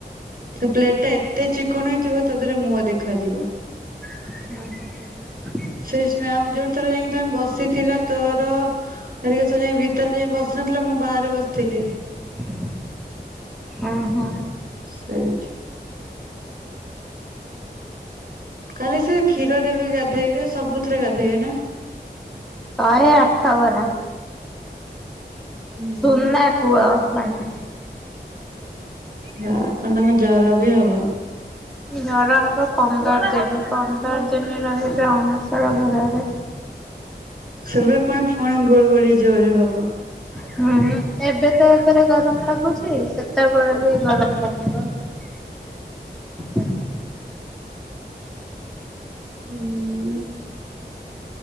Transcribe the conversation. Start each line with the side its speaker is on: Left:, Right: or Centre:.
Right: ସେ ପ୍ଲେଟ ଟା ଏତେ ଚିକଣ ହେଇଥିବ ତା ଦେହରେ ମୁହଁ ଦେଖାଯିବ।
Centre: ହୁଁ ହୁଁ।
Right: ସେଇ <unintelligible> ଆମେ ଯୋଉଁ ଥରେ ଯାଇକି ତମେ ବସିଥିଲ ତୋର ହେରିକା ଯାଇ ଭିତରେ ଯାଇ ବସି ନଥିଲ ମୁଁ ବାହାରେ ବସିଥିଲି।
Centre: <inaudible> ଅଁ ହଁ।
Right: ସେଇଠି। କାଲି ସେ କ୍ଷୀରରେ ବି ଗାଧେଇବେ ସବୁଥିରେ ଗାଧେଇବେ ନା
Centre: ଶହେ ଆଠ ଗରା
Right: ହୁଁ।
Centre: ସୁନା କୁହ <unintelligible>
Right: ହଁ ତାଙ୍କୁ ଜର ବି ହବ।
Centre: ଜର ହବ ପନ୍ଦର ଦିନ ପନ୍ଦର ଦିନ ରହି ସେ ଅଣସର ଘରରେ
Right: ସେବେ ପୁଣି ପୁଣି ଗୁଳୁଗୁଳି ଜୋରେ ହବ।
Centre: ହୁଁ ଏବେ ତ ଏକରେ ଗରମ ଲାଗୁଛି। ସେତେବେଳେ ବି ଗରମ ଲାଗିବ। <inaudible>
Right: ହୁଁ।